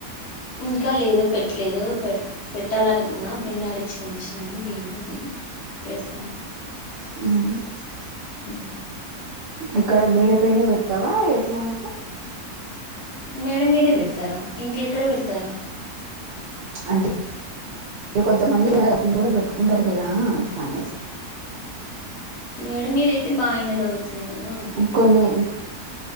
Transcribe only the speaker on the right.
అవు
ఇక్కడ మేడ పైనే పెడతావా ఎట్లా అక్క
అంటే కొంతమంది <unintelligible> కూడా పెట్టుకుంటారు కదా అట్లా అనేసి
కొన్ని